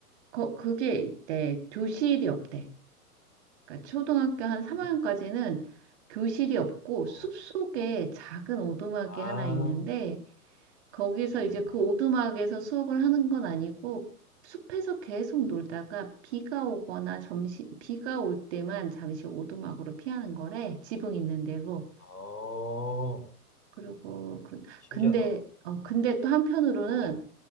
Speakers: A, on the right (about 45°); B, on the left (about 80°).
A: 거, 그게 있대. 교실이 없대. 그러니까 초등학교 한 3학년까지는
B: 어,
A: 교실이 없고
B: 어.
A: 숲속에 작은 오두막이
B: 아,
A: 하나 있는데 거기서
B: 음,
A: 이제 그 오두막에서 수업을 하는 건 아니고 숲에서 계속
B: 음.
A: 놀다가
B: 음.
A: 비가 오거나 점심 비가 올 때만 잠시 오두막으로 피하는 거래. 지붕 있는 데로
B: 어,
A: 그리고 그-
B: 신기하다.
A: 근데 어 근데
B: 음,
A: 또 한편으로는
B: 어, 어,